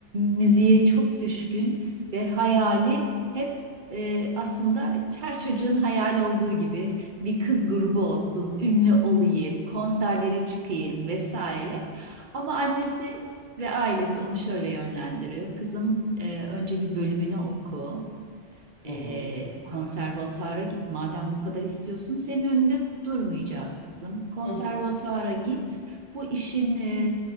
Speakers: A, on the right (about 50°); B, on the left (about 25°).
A: müziğe çok düşkün ve hayali hep e, aslında her çocuğun hayal olduğu gibi bir kız grubu olsun, ünlü olayım, konserlere çıkayım vesaire. Ama annesi ve ailesi onu şöyle yönlendiriyor. Kızım e, önce bir bölümünü oku
B: Hı
A: e,
B: hı.
A: konservatuara git. Madem bu kadar istiyorsun, senin önünde durmayacağız kızım. Konservatuara
B: Hı hı.
A: git. Bu işin e,